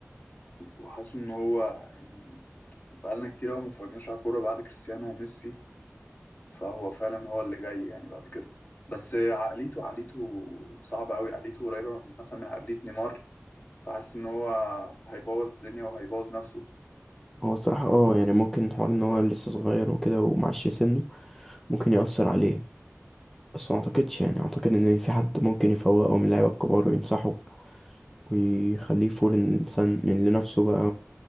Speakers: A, on the left; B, in the centre.
A: وحاسس ان هو يعني بقالنا كتير قوي ما اتفرجناش على كوره بعد كريستيانو وميسي فهو فعلا هو اللي جاي يعني بعد كده بس عقليته عقليته صعبه قوي عقليته قريبه من- مثلا من عقليه نيمار فحاسس ان هو هيبوظ الدنيا وهيبوظ نفسه
B: هو الصراحة
A: ممكن
B: اه يعني ممكن حوار ان هو لسه صغير وكده ومعش سنه ممكن يأثر عليه بس ما اعتقدش يعني اعتقد ان في حد ممكن يفوقه من اللعيبة الكبار وينصحه ويخليه فول الإنسان لنفسه بقى